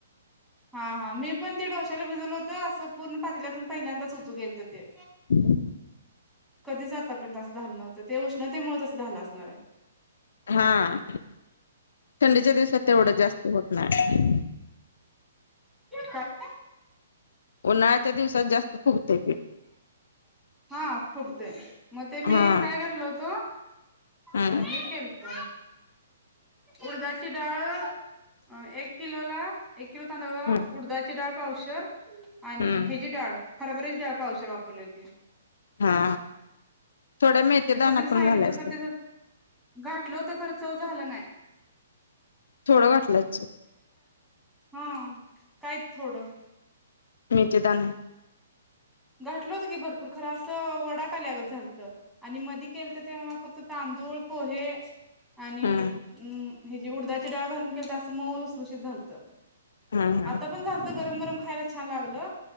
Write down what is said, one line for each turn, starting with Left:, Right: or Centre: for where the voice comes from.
Centre: हा हा मी पण ते डोश्याला भिजवल होत असं पूर्ण पातल्यातून पहिल्यांदाच उतू गेलतते.
Left: <inaudible>
Centre: कधीच आतापर्यंत असं झालं नव्हतं ते उष्णतेमुळ तसं झालं असणार आहे.
Left: हा थंडीच्या दिवसात तेवढं जास्त होत नाही.
Centre: काय?
Left: उन्हाळ्याच्या दिवसात जास्त फुगतय ते.
Centre: हा फुगते. मग, ते मी
Left: हा
Centre: काय घातलं होतो
Left: हम्म
Centre: हे केलंत. उडदाची डाळ एक किलो ला एक किलो तांदळाला
Left: हम्म
Centre: उडदाची डाळ पावशेर आणि
Left: हम्म
Centre: ह्यांची डाळ हरभऱ्याची डाळ पावशेर वापरले होते.
Left: हा थोड्या मेथी
Centre: ते कोणतरी
Left: दाना
Centre: सांगितलं
Left: पण घालायचा
Centre: तर खरं
Left: त्यात.
Centre: त्याचं घातलं खर चव झालं नाही.
Left: छोडं घातलंच.
Centre: हम्म काय थोडं.
Left: मेथी दाणे.
Centre: घाठलं होतं की भरपूर खर असं वडा का ल्यागत झालत आणि मध्ये केलंत तेव्हा <unintelligible> परत तांदूळ पोहे आणि
Left: हम्म
Centre: अम्म. हेजी उडदाची डाळ घालून केलत अस मऊ लुसलुशित झालत
Left: हम्म
Centre: आता
Left: हम्म
Centre: पण झालत. गरम गरम खायला छान लागल